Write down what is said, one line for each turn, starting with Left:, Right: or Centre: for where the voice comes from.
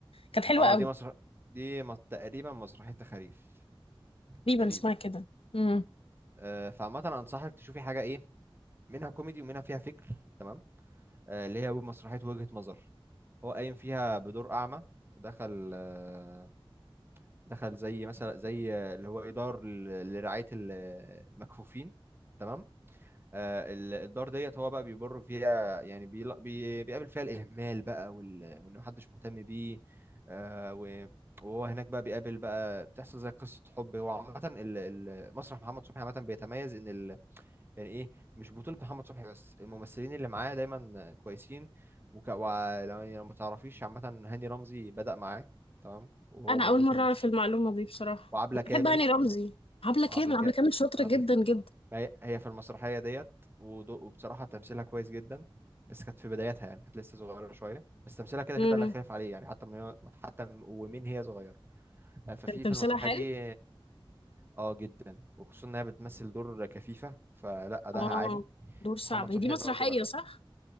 Left: كانت حلوة
Right: آه،
Left: قوي
Right: دي مسرح دي م- تقريبا مسرحيه تخاريف
Left: تقريبا
Right: تقريبا
Left: اسمها كده امم
Right: آه، فعامه انصحك تشوفي حاجه ايه منها كوميدي ومنها فيها فكر تمام آه، اللي هي مسرحية وجهة نظر هو قايم فيها بدور أعمى دخل آه، دخل زي مثلا زي آه، اللي هو إدار ل- لرعاية ال- المكفوفين تمام آه، ال- الدار ديت هو بقى بيمر فيها يعني بيلا- بي- بيقابل فيها الإهمال بقى وال- وإن محدش مهتم بيه آه، و- وهو هناك بقى بيقابل بقى بتحصل زي قصة حب هو عامة ال- ال- مسرح محمد صبحي عامة بيتميز إن ال- يعني ايه مش بطولة محمد صبحي بس الممثلين اللي معاه دايما كويسين وك... و... يعني لو ما تعرفيش عامة هاني رمزي بدأ معاه تمام وهو
Left: انا
Right: موجود
Left: اول مره
Right: في المسرح
Left: اعرف المعلومه دي بصراحه
Right: وعبلة كامل
Left: بحب هاني رمزي عبله
Right: وعبلة
Left: كامل
Right: ك...
Left: عبله كامل شاطره
Right: عبلة
Left: جدا
Right: كامل
Left: جدا
Right: ما هي هي في المسرحية ديت ود... وبصراحة تمثيلها كويس جدا بس كانت في بدايتها يعني كانت لسه صغيرة شوية بس تمثيلها كده
Left: امم
Right: كده لا خلاف عليه يعني حتى من هي... حتى من- ومن هي صغيرة آه، ففي
Left: كان تمثيلها
Right: في المسرحية
Left: حلو
Right: دي اه جدا وخصوصا انها بتمثل دور كفيفة فلا أداءها
Left: اه
Right: عالي
Left: دور صعب
Right: محمد
Left: هي
Right: صبحي
Left: دي مسرحيه
Right: برضو
Left: صح